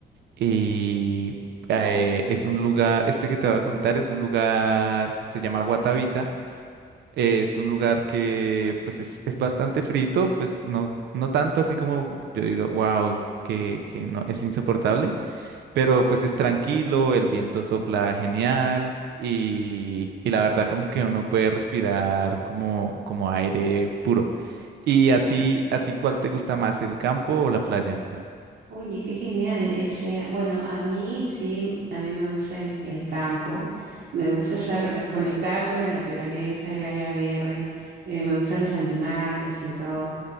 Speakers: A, on the right; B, on the right.
A: Y eh, es un lugar, este que te voy a contar es un lugar, se llama Guatavita. es un lugar que pues es, es bastante frito, pues no, no tanto así como yo digo, wow, que, que no es insoportable pero pues es tranquilo, el viento sopla genial y, y la verdad como que uno puede respirar como, como aire puro. ¿Y a ti, a ti cuál te gusta más, el campo o la playa?
B: Oye, qué genial. Ese, bueno, a mí sí, también me gusta el, el campo. Me gusta estar eh, conectada con la naturaleza, el área verde. eh, me gustan los animales y todo.